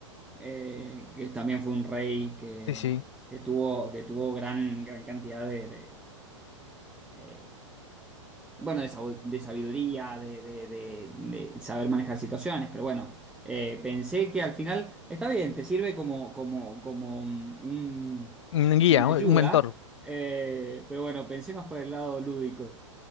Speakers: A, in the centre; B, on the left.
A: eh, que también fue un rey que,
B: Sí, sí.
A: que tuvo, que tuvo gran, gran cantidad de, de, eh, Bueno, de, sabu- de sabiduría, de, de- de- de saber manejar situaciones, pero bueno, eh, pensé que al final está bien, te sirve como, como, como un- un-
B: Un guía,
A: una ayuda,
B: un un mentor.
A: eh, pero bueno, pensé más por el lado lúdico.